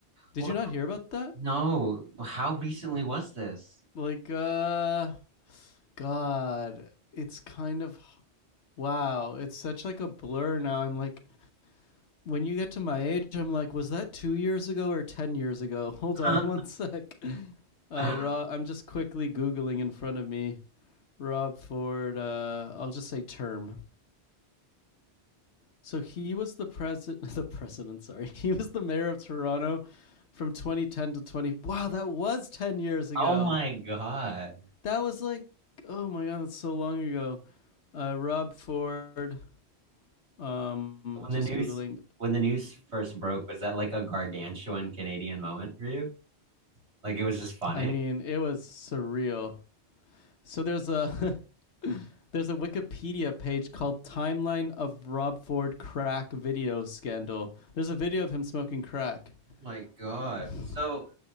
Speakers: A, on the left; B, on the right.
A: Did
B: What?
A: you not hear about that?
B: No. How recently was this?
A: Like, uh, God, it's kind of wow. It's such like a blur now. I'm like. When you get to my age, I'm like, was that two years ago or ten years ago? <laughs> Hold
B: <laughs>
A: on
B: Okay.
A: one <laughs> sec. Uh,
B: <gasps>
A: Rob, I'm just quickly googling in front of me. Rob Ford. Uh, I'll just say term. So he was the president. <laughs> The president. Sorry, he was the mayor of Toronto from 2010 to 20. Wow, that was 10 years ago.
B: Oh my God.
A: That was like, oh my god, that's so long ago. Uh, Rob Ford. Um,
B: When
A: just
B: the news
A: googling.
B: when the news first broke, was that like a gargantuan Canadian moment for you? Like it was just funny?
A: I mean, it was surreal. So there's a <laughs> there's a Wikipedia page called "Timeline of Rob Ford Crack Video Scandal." There's a video of him smoking crack.
B: My God.
A: Oh.
B: So
A: <laughs>